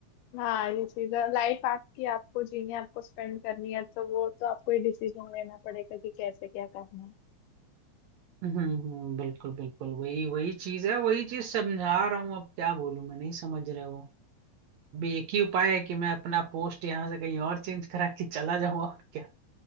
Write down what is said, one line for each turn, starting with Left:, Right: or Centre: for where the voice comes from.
Left: हाँ ये चीज है लाइफ आपकी आपको जीनी है आपको स्पेंड करनी है तो वो तो आपको ही डिसीजन लेना पड़ेगा कि कैसे क्या करना है
Right: हम्म हम्म, बिल्कुल बिल्कुल वही वही चीज है वही चीज समझा रहा हूँ अब क्या बोलूं मैं नहीं समझ रहे वो अभी एक ही उपाय है कि मैं अपना पोस्ट यहाँ से कहीं और चेंज करा के चला जाऊँ और क्या